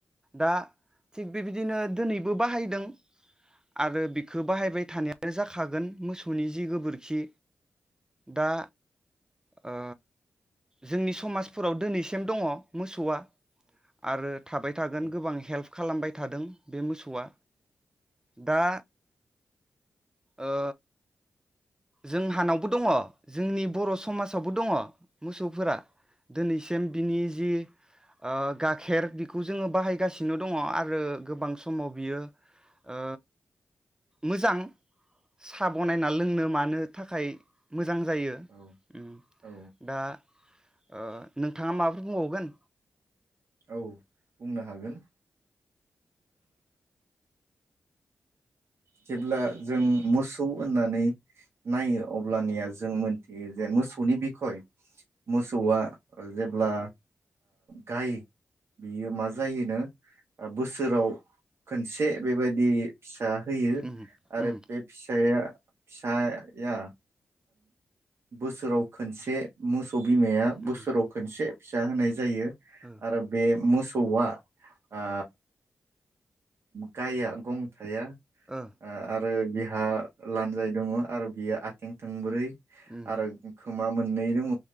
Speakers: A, on the right; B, on the right.
A: दा थिग बेबायदिनो दिनैबो बाहायदों आरो बिखौ बाहायबाय थानाय जाखागोन मोसौनि जि गोबोर खि दा ओ जोंनि समाजफोराव दिनैसिम दङ मोसौआ आरो थाबाय थागोन
B: औ
A: गोबां हेल्प खालामबाय थादों बे मोसौ वा दा ओ जोंहानावबो दङ जोंनि बर समाजावबो दङ मोसौफोरा दिनैसिम बिनि जि ओ गाखेर बेखौ जोङो बाहायगासिनो दङ आरो गोबां समाव बियो ओ मोजां साहा बनायना लोंनो मा नो थाखाय मोजां जायो
B: औ
A: उम
B: औ
A: दा ओ नोंथाङा माबाफोर बुंबावगोन
B: औ बुंनो हागोन जेब्ला जों मोसौ होननानै नायो अब्लानिया जों मोनथियो जे मोसौनि बिखय मोसौआ जेब्ला गाय बियो मा जायोनो बोसोराव खनसे बे बायदि फिसा होयो
A: उम
B: आरो
A: उम
B: बे फिसाया फिसाया बोसोराव खनसे मुस खौ बिमाया
A: उम
B: बोसोराव खोनसे फिसा होनाय जायो
A: ओ
B: आरो बे मोसौ सौआ ओ गाया गं थाया ओ‌
A: ओ
B: आ आरो बिहा लान्जाय दङ आरो बियो आथिं थोंब्रै
A: उम
B: आरो खोमा मोननै दङ